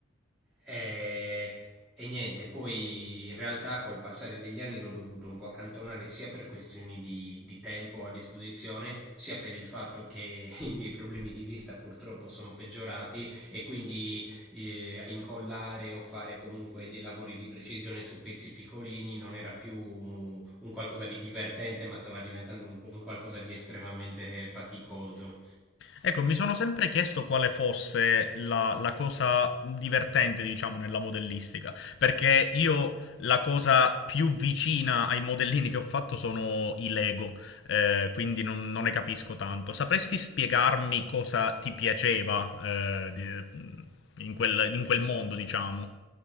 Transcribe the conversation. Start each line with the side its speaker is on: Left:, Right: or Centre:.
Centre: e, e niente, poi in realtà col passare degli anni l'ho dovuto un po' accantonare sia per questioni di, di tempo a disposizione, sia per il fatto che <laughs> i miei problemi di vista purtroppo sono peggiorati e quindi eh, incollare o fare comunque dei lavori di precisione su pezzi piccolini non era più un, un qualcosa di divertente, ma stava diventando un un qualcosa di estremamente faticoso.
Left: Ecco, mi sono sempre chiesto quale fosse la, la cosa divertente, diciamo, nella modellistica, perché io la cosa più vicina ai modellini che ho fatto sono i Lego, eh, quindi non, non ne capisco tanto. Sapresti spiegarmi cosa ti piaceva, eh, di- in quel, in quel mondo, diciamo?